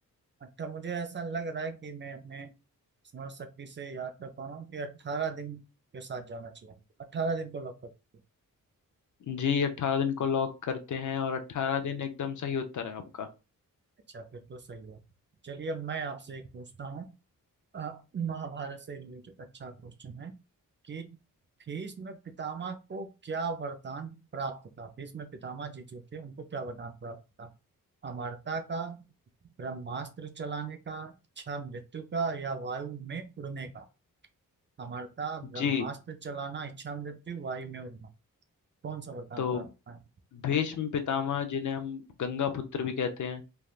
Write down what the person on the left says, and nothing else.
जी अट्ठारह दिन को लॉक करते हैं और अट्ठारह दिन एकदम सही उत्तर है आपका
जी
तो
भीष्म पितामह जिन्हें हम गंगा पुत्र भी कहते हैं